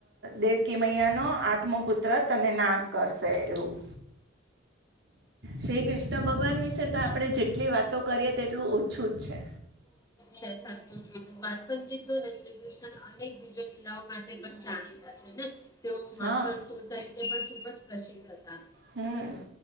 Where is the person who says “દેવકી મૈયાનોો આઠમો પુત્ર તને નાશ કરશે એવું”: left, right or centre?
Right